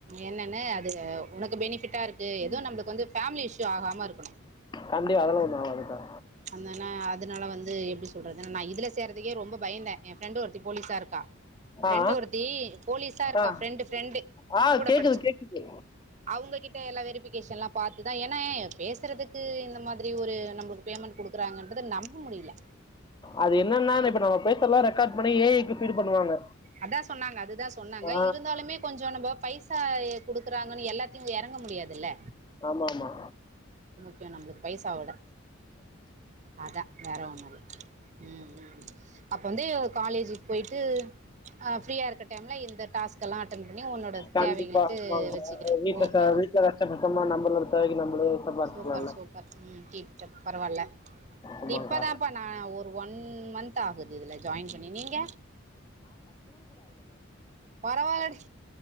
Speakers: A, on the right; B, on the left.
A: என்னன்னு அது உனக்கு பெனிஃபிட்டா இருக்கு து நம்ளுக்கு வந்து ஃபேமிலி இஷ்யூ ஆகாம இருக் <inaudible>
B: கண்டிப்பா அதெல்லாம் ஒன்றும் ஆகாதுக்கா
A: அந்தன அதனால வந் து எப்டி சொல்றதுனா நா இதுலஸ் செய்றதுக்கே ரொம்ப பயந்த எம் ஃப்ரெண்டு ஒருத்தி போலீசா இருக்கா ஃப்ரெண்டு
B: ஆ ஆ
A: ஒருத் ப்படி போலீஸா இருக்கா
B: ஆ
A: ஃப்ரெண்டு ஃப்ரெண்டு
B: ஆ
A: கூட
B: கேக்குது
A: படுச்ச
B: கேக்குது
A: அவங்ககிட்ட எல்லா வெரிபிகேஷன்லா பாத்துதா ஏன்னாய்வ் பேசுறதுக்கு இந்த மாதிரி ஒரு நம்மளுக்கு பேமெண்ட் குடுக்குறாங்கன்றத நம்ப முடில
B: அது என்னன்னா அத இப்ப நம்ம பேசுறத எல்லா ரெக்கார்ட் பண்ணி ஏஐக்கு ஃபீடு பண்ணுவாங்க
A: அதா சொன்னாங்க அதுதாஸ் சொன்னாங்க
B: ஆ
A: இருந்தாலுமே கொஞ்சோ நம்ப பைசா எ குடுக்குறாங்கன்னு எல்லாத்துலயு எறங்க முடியாதுல்ல
B: ஆமாமா
A: பே நம்ளுக் பைச விட அதா வேற ஒன்னு இல்ல ம் ம் அப்ப வந்து காலேஜு போயிட்டு அ ஃப்ரியா இருக்க டைம்ல இந்த டாஸ்க் எல்லா அட்டன் பண்ணி உன்னோட
B: கண்டிப்பா
A: தேவைகளுக்கு
B: ஆமாங்க
A: வச்சுக்கிறேன்
B: வீட்லதா
A: ஓகே ஓகே
B: வீட்ல கஷ்டப்பட் சொன்னோ நம்முளுக்கு தேவைக்கு நம்மளே சம்பாரிச்சுக்கலாம்ல
A: சூப்பர் சூப்பர் ம் கீப்பிட்டப் பரவால்ல
B: ஆமாங்கா
A: இப்பதாம்பா நா ஒரு ஒன் மந்த் ஆகுது இதுல ஜாயின் பண்ணி நீங்க பரவாயில்லடி